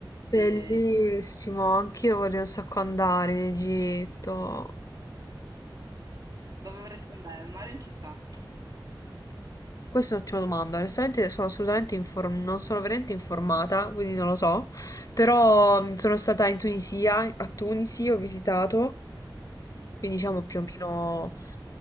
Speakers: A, on the right; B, on the left.
A: E...
B: Bellissimo, anch'io vorrei un sacco andare in Egitto.
A: Dove vorresti andare? Al mare o in città?
B: Questa è un'ottima domanda. Onestamente sono assolutamente inform- non sono veramente informata, quindi non lo so. Però mh, sono stata in Tunisia, a Tunisi ho visitato, quindi diciamo più o meno